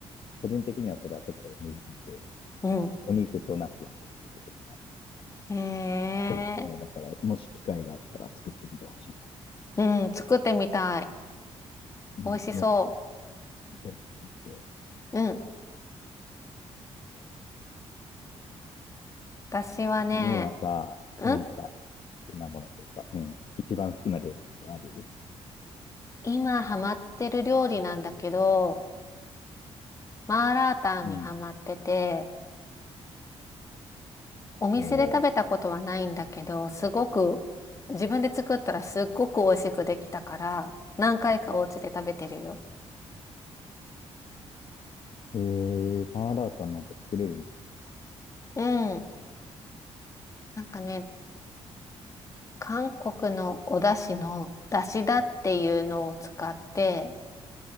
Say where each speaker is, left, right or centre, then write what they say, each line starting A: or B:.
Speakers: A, on the left; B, on the left.
A: 個人的にはそれはちょっと NG で、
B: うん。
A: お肉とナスだけで作るのが
B: へえ、
A: おすすめだから、もし機会があったら作ってみてほしい
B: うん、作ってみたい。
A: な。
B: 美味しそ
A: うん、やってみて。
B: う。うん。私はね、
A: 他にはさ、
B: うん
A: 何か好きなものというか、うん、一番好きな料理とかある
B: 今ハマってる料理なんだけど、マーラータンにハマってて、
A: うん。
B: お店で食べたことはないんだけど、
A: も
B: すごく、自分で作ったらすっごく美味しくできたから、何回かお家で食べてるよ。
A: う、へえ、パンアラータなんて作れるんだ。
B: うん。なんかね、韓国のお出汁の、出汁だっていうのを使って、